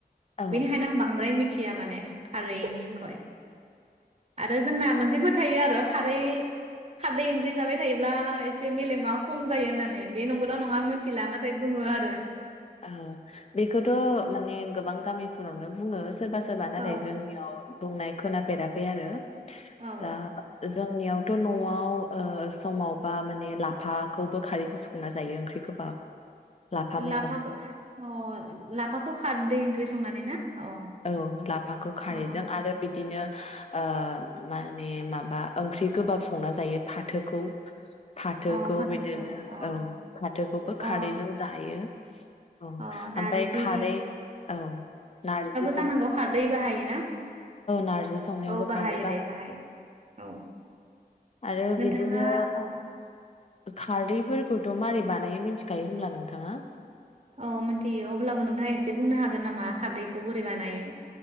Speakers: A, on the left; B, on the right.
A: औ
B: बेनिखायनो आं बांद्राय मिथि या माने खारैनि बिखय आरो जोंना मोनसेबो थायो आरो खारै खारदै ओंख्रि जाबाय थायोब्ला एसे मेलेमा खम जायो होननानै बे नंगौना नङा मिथिला नाथाय बुङो आरो
A: औ बेखौथ माने गोबां गामिफोरावनो बुङो सोरबा सोरबा नाथाय
B: औ
A: जोंनियाव दंनाय खोनाफेराखै आरो
B: औ
A: दा जोंनियाव थ' न'आव ओ समावबा माने लाफाखौबो खारैजों संना जायो ओंख्रि गोबाब। लाफा
B: लाफाखौ
A: मैगं
B: अ लाफाखौ खारदै ओंख्रि संनानै ना अ
A: औ लाफाखौ खारैजों
B: औ
A: आरो बि दिनो ओ माने माबा ओंख्रि गोबाब संना जायो फाथोखौ। फाथोखौ
B: अ फाथोखौ
A: बिदिनो
B: अ
A: औ फाथोखौबो खारैजों
B: अ
A: जायो। औ
B: अ नारजि
A: ओमफ्राय खारै औ नारजि
B: जानांगौ खारदै बाहायो ना
A: नारजि संनायावबो
B: औ बाहायो
A: खारदै
B: दे बाहायो औ
A: आरो
B: नोंथाङा
A: बिदिनो
B: औ
A: खारदैफोरखौथ' मारै बानायो मिथिखायो होमब्ला नोंथाङा
B: औ मिथियो अब्लाबो नोंथाङा एसे बुंनो हागोन नामा खारदैखौ बोरै बानायो?